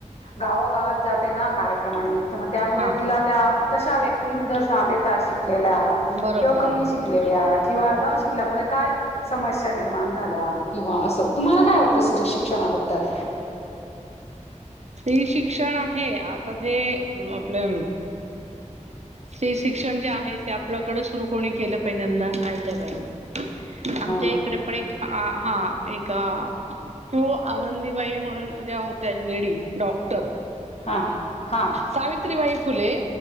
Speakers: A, on the left; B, on the right.
A: गाव गावात जाते ना कार्यक्रमाने मित तर मग त्यामुळे
B: हा
A: तिला त्या तशा व्यक्ती निदर्शनात येतात शिकलेल्या
B: बरोबर
A: किंवा कमी
B: आहे
A: शिकलेल्या किंवा
B: हा
A: न शिकल्यामुळे काय समस्या निर्माण झाल्या किंवा असं तुम्हाला काय वाटतं श्री शिक्षणाबद्दल
B: स््री शिक्षण आहे आता जे आपल्या स्त्री शिक्षण जे आहे ते आपल्याकडे सुरू कोणी केलं पहिल्यांदा आईल्या पाहिनी आमच्या
A: अ
B: एक तकडे पण एक हा एक कू आनंदीबाई म्हणून ज्या होत्या लेडी डॉक्टर
A: हा हा
B: सावित्रीबाई फुले